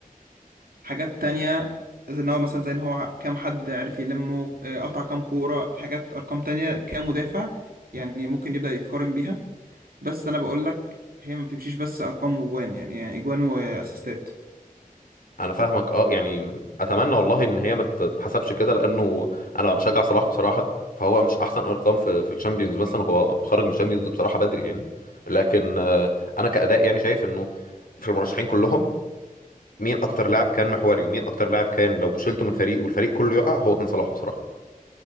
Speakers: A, on the right (about 85°); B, on the left (about 75°).
A: حاجات تانية زي ان هو مثلا زي ان هو كام حد عرف يلمه آه، قطع كام كورة حاجات ارقام تانية كمدافع يعني ممكن يبدأ يتقارن بيها بس انا بقول لك هي ما بتمشيش بس ارقام واجوان يعني يعني اجوان واسيستات
B: انا فاهمك اه يعني اتمنى والله ان هي ما تتحسبش كده لانه انا بشجع صلاح بصراحه فهو مش احسن ارقام في في الشامبيونز مثلا هو خرج من الشامبيونز بصراحه بدري يعني لكن آه، انا كاداء يعني شايف انه في المرشحين كلهم مين اكتر لاعب كان محوري ومين اكتر لاعب كان لو شلته من فريق والفريق كله يقع هو كان صلاح بصراحه